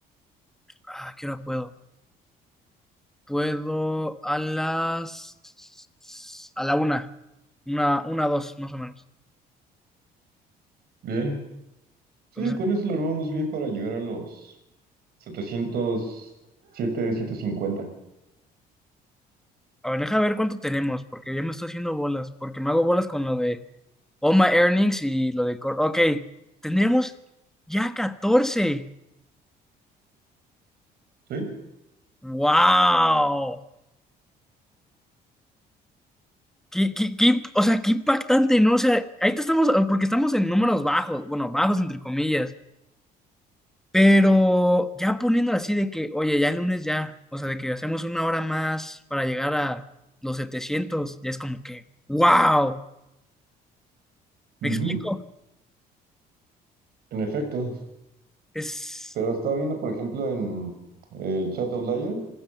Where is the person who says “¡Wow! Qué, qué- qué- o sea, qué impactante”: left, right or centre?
Centre